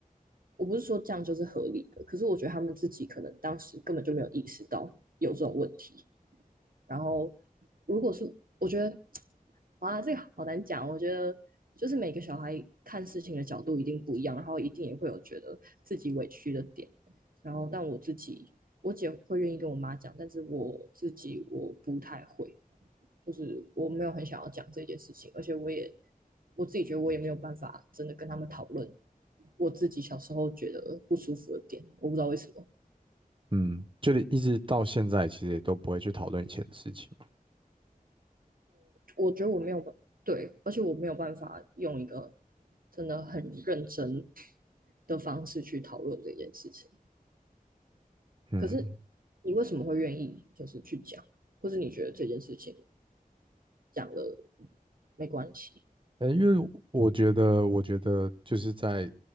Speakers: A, on the right; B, on the right.
A: 我不是说这样就是合理的，可是我觉得他们自己可能当时根本就没有意识到有这种问题。然后，如果是我觉得，哇，这个好难讲。我觉得就是每个小孩看事情的角度一定不一样，然后一定也会有觉得自己委屈的点。然后，但我自己，我姐会愿意跟我妈讲，但是我自己我不太会。就是我没有很想要讲这件事情，而且我也我自己觉得我也没有办法真的跟他们讨论我自己小时候觉得不舒服的点，我不知道为什么，
B: 嗯，就连一直到现在，其实也都不会去讨论以前的事情嘛。
A: 我觉得我没有对，而且我没有办法用一个真的很认真的方式去讨论这件事情。
B: 嗯，
A: 可是你为什么会愿意就是去讲，或是你觉得这件事情讲了没关系？
B: 呃，因为我觉得，我觉得就是在